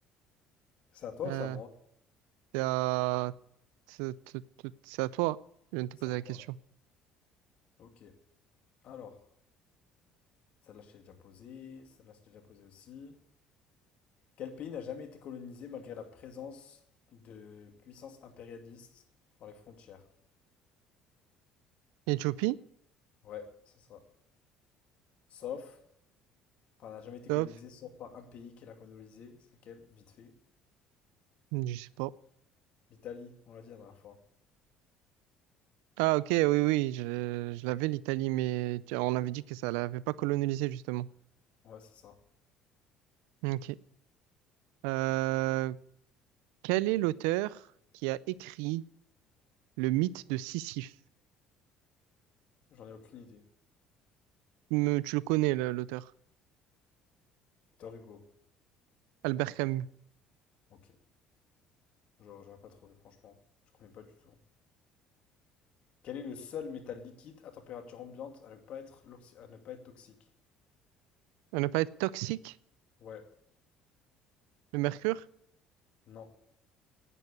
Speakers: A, on the left (about 55°); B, on the right (about 80°).
A: C'est à toi
B: Euh,
A: ou c'est à moi?
B: c'est à... c'est- c'est- c'est à toi. Je viens de te
A: C'est
B: poser
A: à
B: la
A: moi.
B: question.
A: Ok. Alors, celle-là, je t'ai déjà posée. Celle-là, je t'ai déjà posée aussi. Quel pays n'a jamais été colonisé malgré la présence de puissances impérialistes dans les frontières?
B: Éthiopie?
A: Ouais, c'est ça. Sauf, enfin, n'a jamais été
B: Top.
A: colonisé sauf par un pays qui l'a colonisé. C'est lequel? Vite fait.
B: Je sais pas.
A: L'Italie, on l'a dit la dernière fois.
B: Ah ok, oui, oui, je, je l'avais l'Italie, mais tu- on avait dit que ça l'avait pas colonisé justement.
A: Ouais, c'est ça.
B: Ok. Euh, quel est l'auteur qui a écrit le mythe de Sisyphe?
A: J'en ai aucune idée.
B: Me- tu le connais, le- l'auteur,
A: Victor Hugo.
B: Albert Camus.
A: Ok. Genre, j'aurais pas trouvé, franchement. Je connais pas du tout. Quel est le seul métal liquide à température ambiante à ne pas être, l'oxy- à ne pas être toxique?
B: On n'a pas être toxique,
A: Ouais.
B: le mercure,
A: Non.